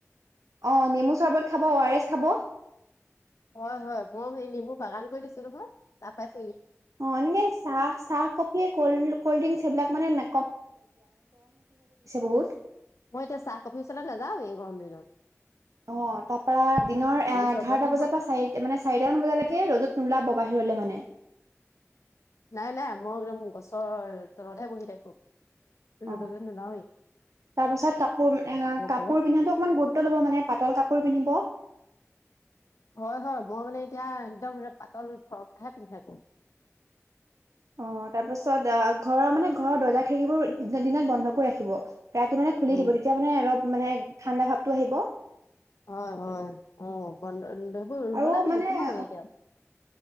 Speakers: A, on the right (about 85°); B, on the left (about 75°).
A: অ নেমু চৰ্বত খাব অৱাৰেছ খাব।
B: হয় হয় মই সেই নেমু বাগান কৰি দিছো নহয় তাৰ পাইছ।
A: অ এনেকে চাহ চাহ কফি কল কল্ড ড্ৰিংক সেইবিলাক মানে না। বহুত
B: মই এতিয়া চাহ কফি ওচলে নাযাওৱে এই গম দিন। ত
A: অ তাৰপা দিনৰ এঘাৰটা
B: চৰবতহে
A: বজাৰ
B: খাওঁ।
A: পৰা চাৰি মানে চাৰিটা মান বজালৈকে ৰ'দত নোলাব বাহিৰ। লে মানে
B: নাই নাই মই একদম গছৰ তলতহে বহি থাকো। ৰদলে
A: অ
B: নোলাওৱে।
A: তাৰ পাছত কাপোৰ এ কাপোৰ
B: গৰম।
A: পিন্ধাটো অকণমান গুৰুত্ব লব মানে পাতল কাপোৰ পিন্ধিব।
B: হয় হয় মই মানে এতিয়া একদম পাতল ফ্ৰকহে পিন্ধি থাকো।
A: অ তাৰপাছত আহ ঘৰৰ মানে ঘৰৰ দৰ্জা খিৰিকিবোৰ দি দিনত বন্ধ কৰি ৰাখিব। ৰাতি মানে খুলি
B: উম
A: দিব তেতিয়া মানে অলপ মানে ঠাণ্ডা ভাৱটো আহিব।
B: হয় হয় অ গধ সেইবোৰ
A: আৰু
B: মনামি
A: মানে
B: নোসোমাও হয় এতিয়া।